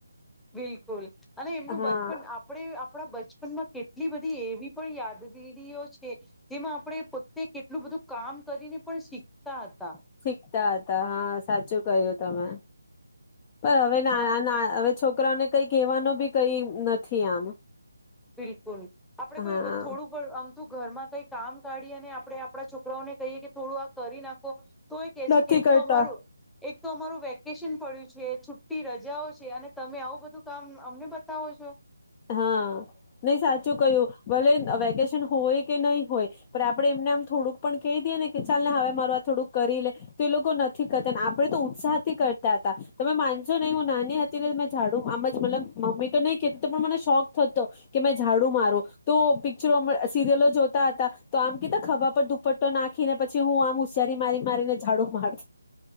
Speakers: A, in the centre; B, on the left (about 20°).
A: બિલ બિલકુલ અને એમનું
B: હા
A: બચપન આપણે આપણા બચપનમાં કેટલી બધી એવી પણ યાદગીરીઓ છે. કે. જેમાં આપણે પોતે કેટલું બધું કામ કરીને પણ શીખતા હતા.
B: શીખતા હતા હા સાચું કહ્યું તમે. પણ હવે ને આ
A: અ
B: આ હવે છોક છોકરાને કઈ કહેવાનો ભી કઈ નથી આમ.
A: બિલકુલ આપડે કોઈ
B: હા
A: થોડું આમતું ઘરમાં કઈ કામ કાઢીને આપણે આપણા છોકરાઓને. કઈ. થોડું આ કરી નાખો તો એ કેહે છે
B: નથી
A: કે એક
B: કરતા
A: તો અમારું એક. તો અમારું વેકેશન પડ્યું છે છુટ્ટી રજાઓ છે અને તમે આવું બધું કામ અમને બતાવો છો.
B: હા. નહી સાચું કયું ભલે વેકેશન. હોય કે નહીં હોય પણ આપડે એમને આમ થોડુંક પણ કહી દઈએ ને કે ચાલ ને હવે મારું આ થોડુંક કરી લે તો એ લોકો નથી કરતા આપડે તો ઉત્સાહ થી કરતા હતા તમે માનશો નહી હું નાની હતી ને મેં જાડું આમ જ મતલબ મમ્મી તો નહી કેતી. તો પણ મને શોખ થતો કે મેં ઝાડુ મારો તો પિક્ચરો સિરિયલો જોતા હતા તો આમ કતા ખભા પર દુપટ્ટો નાખી ને પછી હું આમ હુંશયારી મારી મારીને ઝાડુ માર